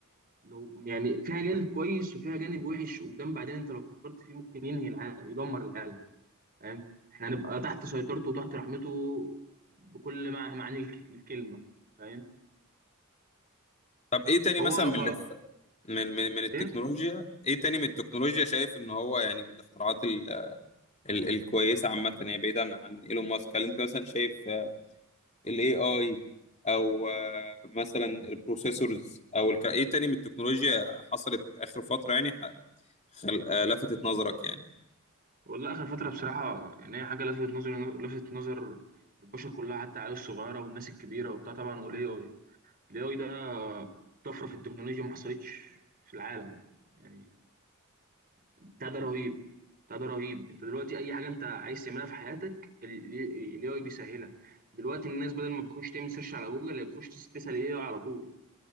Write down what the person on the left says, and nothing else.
طب ايه تاني
مثلا من
اللي في- من من من التكنولوجيا
ايه تاني من التكنولوجيا شايف ان هو يعني من الاختراعات ال ال الكويسه عامه يعني بعيدا عن ايلون ماسك هل انت مثلا شايف الاي اي او آه، مثلا البروسيسورز او الك... ايه تاني من التكنولوجيا حصلت اخر فتره يعني ح- خل... آه، لفتت نظرك يعني